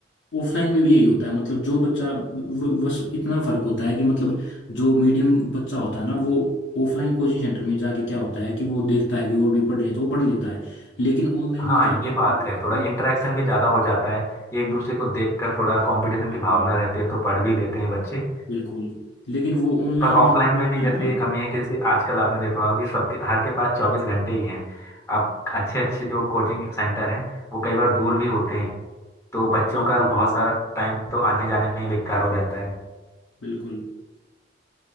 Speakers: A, on the left; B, on the left.
A: ऑफलाइन में भी यही होता है मतलब जो बच्चा व- बस इतना फर्क होता है कि मतलब जो मीडियम बच्चा होता है ना वो ऑफलाइन कोचिंग सेंटर में जाके क्या होता है कि वो देखता है कि और भी पढ़ रहे हैं तो वो पढ़ लेता है लेकिन ऑनलाइन
B: हाँ
A: में क्या
B: ये बात
A: बिल्कुल
B: है थोड़ा इंटरेक्शन भी ज्यादा हो जाता है एक दूसरे को देखकर थोड़ा कंपटीशन
A: बिल्कुल
B: की भावना रहती है तो पढ़ भी लेते हैं बच्चे
A: बिल्कुल लेकिन वो ऑनलाइन
B: पर ऑफलाइन
A: में जो देखता
B: में भी जैसे
A: है ना
B: ये कमी है कि जैसे आजकल आपने देखा होगा कि सबके हर के पास चौबीस घंटे ही हैं अब अच्छे अच्छे जो कोचिंग सेंटर हैं वो कई बार दूर भी होते हैं तो बच्चों
A: बिल्कुल
B: का बहुत
A: बिल्कुल
B: सारा टाइम तो आने जाने में ही बेकार हो जाता है
A: बिल्कुल